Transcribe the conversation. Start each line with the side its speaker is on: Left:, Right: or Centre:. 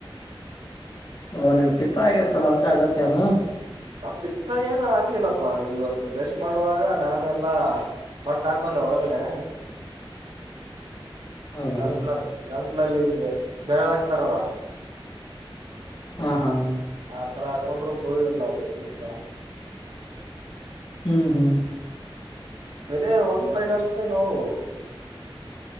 Left: ಓ ನಿಮ್ ಪಿತ್ತ ಆಗಿರ್ತ್ತಲ್ಲ ಅದಕ್ಕ ಆಗತ್ತೆ ಅದು
Right: ಆ ಪಿತ್ತ ಏನು ಆಗ್ಲಿಲ್ಲಪ್ಪಾ ಇವತ್ತು ಬ್ರಷ್ ಮಾಡುವಾಗ ನಾನು ಎಲ್ಲಾ ಮಟ್ಟಾಕೊಂಡೆ ಒಳಗಡೆ.
Left: ಹೌದಾ
Right: ಗಂಟ್ಲಲ್ಲಿ ಗಂಟ್ಲಲ್ಲಿ ಹಿಂಗೆ. ಬೆರಳಾಹಕ್ತಾರಲ್ಲ.
Left: ಹಾ ಹಾ
Right: ಆತರ ಕೊಂಡ್ರು ಬೀಳ್ಳಿಲ್ಲ ಅದು ಪಿತ್ತ.
Left: ಹ್ಮ್ ಹ್ಮ್
Right: ತೆಲೆ ಒಂದ್ ಸೈಡ್ ಅಷ್ಟೇ ನೋವು.